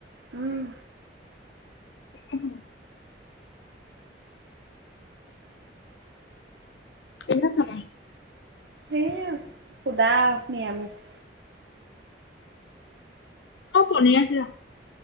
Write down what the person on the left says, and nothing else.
<unintelligible> এনে খাবা
অ পনীয়াছিলা।